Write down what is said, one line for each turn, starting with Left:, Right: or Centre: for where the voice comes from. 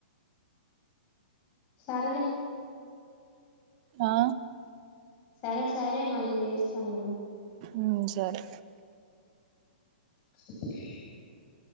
Left: సారేలే
Right: ఆ
Left: సరే సరే మళ్ళీ చేస్త నేను
Right: ఉ సరే
Left: ఉ హు